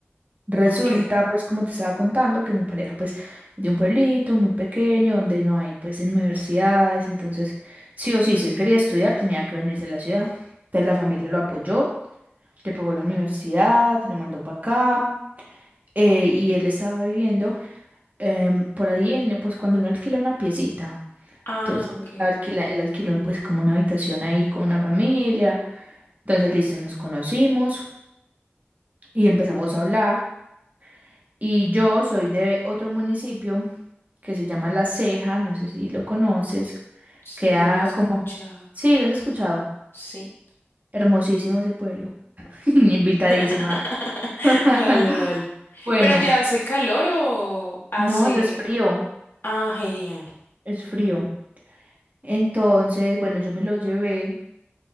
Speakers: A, on the right; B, on the left.
A: Resulta,
B: ok.
A: pues, como te estaba contando, que mi pareja, pues, es de un pueblito muy pequeño, donde no hay, pues, universidades, entonces, sí o sí, si él quería estudiar, tenía que venirse a la ciudad. Entonces la familia lo apoyó, le pagó la universidad, se lo mandó para acá. eh, y él estaba viviendo em, por ahí, en, pues cuando uno alquila una piecita.
B: Ah,
A: Entonces él,
B: ok.
A: estaba alquila- él alquiló pues como una habitación ahí con una familia. Entonces, listo, nos conocimos y empezamos a hablar. Y yo soy de otro municipio que se llama La Ceja, no sé si lo conoces.
B: Sí,
A: Queda
B: lo he escuchado.
A: como... Sí, lo has escuchado.
B: Sí.
A: Hermosísimo ese pueblo. <laughs> Invitadísima.
B: <laughs>
A: <laughs>
B: Dale, dale.
A: Bueno,
B: ¿Pero ya hace calor o hace...?
A: no, ya es frío,
B: Ah, genial.
A: es frío. Entonces, bueno, yo me lo llevé